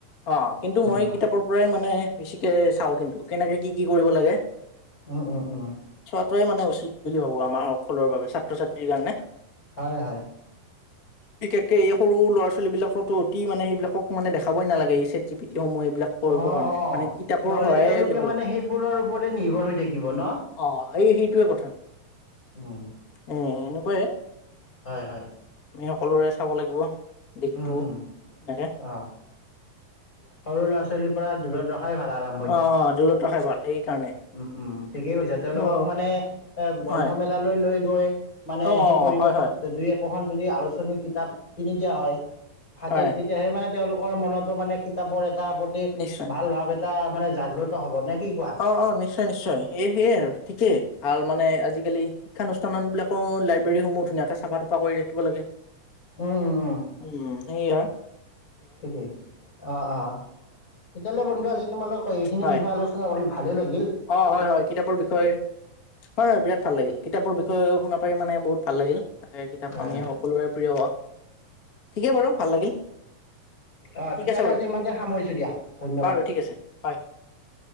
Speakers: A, on the left (about 40°); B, on the left (about 25°).
A: অ' কিন্তু
B: উম
A: মই কিতাপৰ পৰাই মানে বেছিকে চাও কিন্তু কেনেকে কি, কি কৰিব লাগে।
B: উম-উম-উম।
A: সেইটো মানে উচিত বুলি ভাবো আমাৰ সকলৰ বাবে ছাত্ৰ- ছাত্ৰীৰ কাৰণে।
B: হয়-হয়।
A: বিশেষকে এই সৰু ল'ৰা-ছোৱালী বিলাকতো অতি মানে সেইবিলাকক মানে দেখাবই নালাগে এই চেট জি পিটি সমূহে বিলাক কৰিবৰ
B: অ
A: কাৰণে
B: অ
A: মানে কিতাপৰ
B: নহ'লে
A: সহায়ে
B: তেওঁলোকে
A: লিব
B: মানে
A: লাগে।
B: সেইবোৰৰ ওপৰতে নিৰ্ভৰ হৈ থাকিব ন
A: অ' এই সেইটোৱে কথা।
B: উম
A: উ' এনেকুৱা য়ে।
B: হয় হয়
A: আমি সকলোৰে চাব লাগিব দিশটো
B: উম
A: হয়নে।
B: উম অ সৰু ল'ৰা-ছোৱালীৰ পৰা দূৰত ৰখাই ভাল, আৰাম।
A: অ', -অ' দূৰত ৰখাই ভাল সেইকাৰণে।
B: উম, উম ঠিকেই কৈছা, তেওঁলোকক
A: অ
B: মানে এ গ্ৰন্থ
A: হয়
B: মেলা লৈ গৈ গৈ, মানে
A: অ
B: সেই পৰিৱেশত
A: হয় হয়
B: দুই একোখন যদি আলোচ কিতাপ কিনি দিয়া হয়। ফাতিত
A: হয়
B: তেতিয়াহে মানে তেওঁলোকৰ মনতো মানে কিতাপৰ এ তাৰ প্ৰতি।
A: নিশ্চয়
B: ভাল ভাৱ এটা মানে জাগ্ৰত হ'ব নে কি কোৱা?
A: অ', অ', নিশ্চয় নিশ্চয়। এই সেয়ে আৰু ঠিকেই ভাল মানে আজিকালি শিক্ষানুষ্ঠানবিলাকৰো লাইব্ৰেৰীসমূহ, ধুনীয়াকৈ চাফা তাফা কৰি ৰাখিব লাগে।
B: উম, উম, উম,
A: উম, সেয়া।
B: ঠিকেই অ', অ', তেতিয়াহ'লে বন্ধু আজি তোমোক কয় এইখিনি
A: হয়
B: বিষয়ে আলোচনা কৰি ভালেই লাগি
A: অ', হয় হয় কিতাপৰ বিষয়ে। হয় বিৰাট ভাল লাগিল কিতাপবোৰ বিষয়ে শুনা পাৰি মানে বহুত ভাল লাগিল তাকে কিতাপ
B: হয়,
A: আমি
B: হয়,
A: সকলোৰে প্ৰিয় ঠিকে বাৰু ভাল লাগিল।
B: অহ
A: ঠিক
B: তেতিয়াহ'লে
A: আছে বাৰু
B: আজি ইমানতে সামৰিছোঁ দিয়া, ধন্যবাদ।
A: বাৰু ঠিক আছে হয়